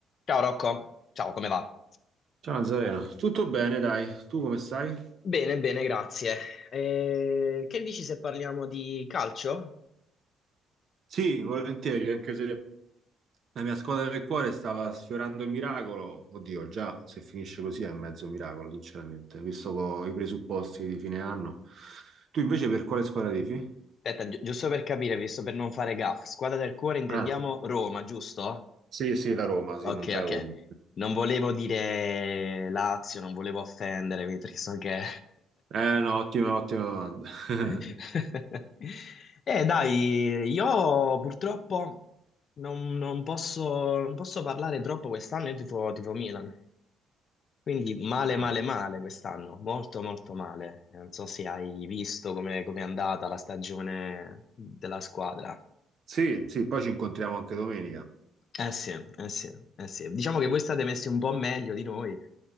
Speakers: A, on the left (about 45°); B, on the right (about 50°).
A: Ciao Rocco, ciao, come va?
B: Ciao Nazareno, tutto bene dai, tu come stai?
A: Bene, bene, grazie. Eh, che dici se parliamo di calcio?
B: Sì, volentieri, anche se la mia squadra del cuore stava sfiorando il miracolo. Oddio, già se finisce così è mezzo miracolo, sinceramente, visto co- i presupposti di fine anno. Tu invece per quale squadra tifi?
A: Aspetta, gi- giusto per capire, visto per non fare gaff, squadra del cuore intendiamo
B: Ah,
A: Roma, giusto?
B: sì, sì, la Roma, sì,
A: Ok,
B: non te
A: ok.
B: l'avevo detto.
A: Non volevo dire Lazio, non volevo offendere, quindi perché so che...
B: Eh no, ottima, ottima domanda. <laughs>
A: <laughs> Eh dai, io purtroppo non, non posso, non posso parlare troppo quest'anno, io tifo, tifo Milan. Quindi male,
B: Ah,
A: male, male quest'anno, molto, molto male. Non so se hai visto come come è andata la stagione della squadra.
B: sì, sì, poi ci incontriamo anche domenica.
A: Eh sì, eh sì, eh sì. Diciamo che voi state messi un po' meglio di noi.